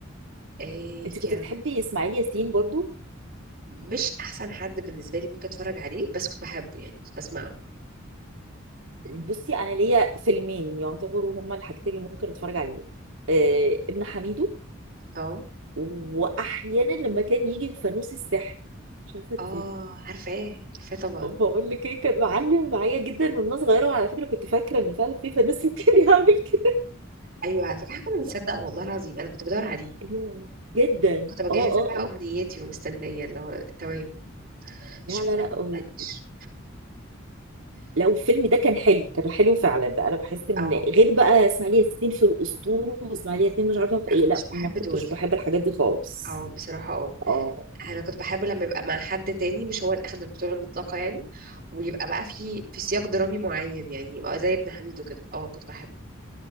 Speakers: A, on the right (about 50°); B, on the right (about 75°).
A: إيه
B: انت
A: كان
B: كنت بتحبي اسماعيل ياسين برضو
A: مش احسن حد بالنسبه لي ممكن اتفرج عليه بس كنت بحبه يعني كنت بسمع
B: بصي انا ليا فيلمين يعتبروا هما الحاجتين اللي ممكن اتفرج عليهم آه ابن حميدو
A: اه
B: واحيانا لما كان يجي الفانوس السحري مش عارفه تسيبي
A: اه عارفاه عارفاه طبعا
B: بقول لك ايه كان معلم معايا جدا وانا صغيره وعلى فكره كنت فاكره ان فعلا في فانوس ممكن <laughs> يعمل كده
A: ايوه على فكره إحنا كنا بنصدق والله العظيم انا كنت بدور عليه
B: أيوة. جدا
A: كنت مجهزه
B: اه اه
A: بقى
B: اه
A: امنيتي ومستنيه اللي هو تمام مش
B: لا
A: بس
B: لا
A: ما
B: لا
A: تقلقنيش
B: هو- لو الفيلم ده كان حلو كان حلو فعلا بقى انا بحس ان
A: اه
B: غير بقى اسماعيل ياسين في الاسطوره واسماعيل ياسين مش عارفه في
A: لا
B: ايه لا
A: مش بحب
B: ما كنتش
A: دول
B: بحب الحاجات دي خالص
A: اه بصراحه اه
B: اه
A: انا كنت بحب لما يبقى مع حد تاني مش هو اللي اخد البطوله المطلقه يعني ويبقى بقى في في سياق درامي معين يعني يبقى زي ابن حميدو كده اه كنت بحبه